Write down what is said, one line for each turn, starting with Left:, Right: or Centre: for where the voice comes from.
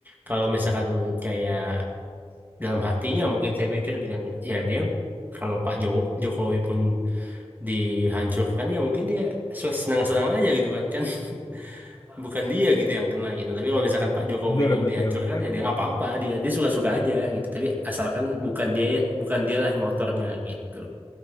Right: kalau misalkan kayak dalam hatinya mungkin saya pikir juga ya dia kalau Pak Jo- Jokowi pun dihancurkan ya mungkin dia senang-senang aja gitu kan kan <laughs> bukan dia gitu yang kena gitu. Tapi kalau misalkan Pak
Left: <laughs>
Right: Jokowi
Left: Betul,
Right: yang
Left: betul,
Right: dihancurkan ya
Left: betul,
Right: dia nggak
Left: betul.
Right: apa-apa dia dia suka-suka aja gitu. Tapi asalkan bukan dia bukan dialah motornya gitu